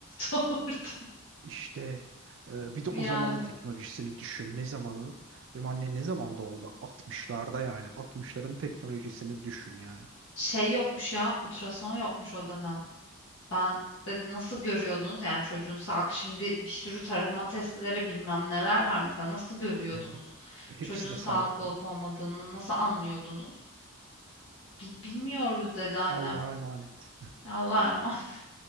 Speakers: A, on the left; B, on the right.
A: doğurdum
B: İşte e, bir de
A: yani.
B: o zamanın teknolojisini düşün. Ne zamanın? Benim anne ne zaman doğdu? altmışlarda yani. altmışların teknolojisini düşün yani.
A: Şey yokmuş ya ultrason yokmuş o dönem. Ben dedim nasıl görüyordunuz yani çocuğun sağlık şimdi bir sürü tarama testleri bilmem neler var mesela nasıl görüyordunuz?
B: Evet. Ve Hepsi
A: Çocuğun
B: de
A: sağlıklı
B: sağlıklı.
A: olup olmadığını nasıl anlıyordunuz? "Bi- Bilmiyoruz dedi annem.
B: Allah'a emanet.
A: Allah'a emanet.